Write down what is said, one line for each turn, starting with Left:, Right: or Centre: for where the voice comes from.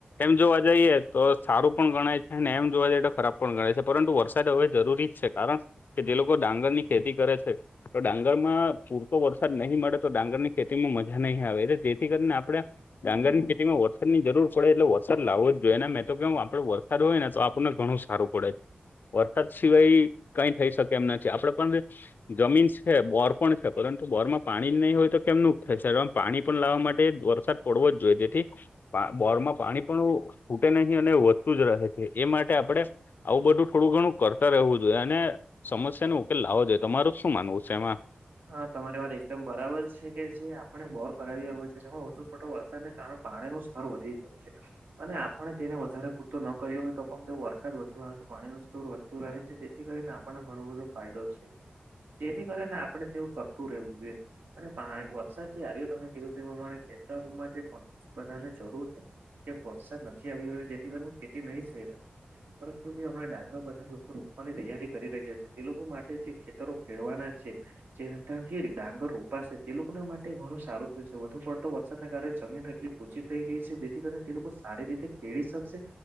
Left: એમ જોવા જાઈએ તો સારું પણ ગણાય છે અને એમ જોવા જઈએ તો ખરાબ પણ ગણાય છે પરંતુ વરસાદ હવે જરૂરી જ છે કારણ કે જે લોકો ડાંગર ની ખેતી કરે છે તો ડાંગર માં પૂરતો વરસાદ નહીં મળે તો ડાંગર ની ખેતીમાં મજા નહી આવે એટલે જેથી કરીને આપડણે ડાંગર ની ખેતીમાં વરસાદની જરૂર પડે એટલે વરસાદ લાવો જ જોઈએ એ મે તો કેમ આપડો વરસાદ હોય ને તો આપણને ઘણું સારું પડે વરસાદ સિવાય કઈ થઈ શકે એમ નથી આપડે પણ જમીન છે બોર પણ છે પરંતુ બોર માં પાણી નહીં હોય તો કેમ નુ થાય પાણી પણ લાવવા માટે વરસાદ પડવો જ જોઈએ તેથી બોરમાં પાણી પણ નહી અને વધતું જ રહે છે એ માટે આપણે આવું બધું થોડું ઘણું કરતા રહેવું જોઈએ અને સમસ્યા ન લાવો જોઈએ તમાર શું માનવું છે એમાં
Right: હા તમારી વાત એકદમ બરાબર છે કે જે આપણે બોર કરાવ્યા હોય છે જેમાં ઓટો છોટો વરસાદ ને કારણ પાણી ન સારૂ વધી શકશે અને આપણે તેને વધારે પૂરતો ન કર્યો હોય તો પણ જો વરસાદ વધુ આવે તો પાણીનું સ્તુર વધતું રહે છે. તેથી કરીને આપણને ઘણો બધો ફાયદો થાય છે. તેથી કરીને આપણે તેવું કરતું રહેવું જોઈએ અને પહાડ પર વરસાદ જે આવ્યો તમે કીધું તે પ્રમાણે ખેતરુમાં જે પા બધાને જરૂર કે વરસાદ નથી આવી રહ્યો જેથી કરીન ખેતી નહી પરંતુ જે હમણા દા <unintelligible> બધા લોકોનું પણની તૈયારી કરી રહ્યા છે તે લોકો માટે જે ખેતરો ખેડવાના છે. જે રસ્તામાંથી ડાંગર રોપાશે તે લોકોને માટે ઘણું સારું થશે વધુ પડતો વરસાદને કારણે જમીન એટલી ઓછી થઈ ગઈ છે. જેથી કરીને તે લોકો સારી રીતે ખેળી શકશે.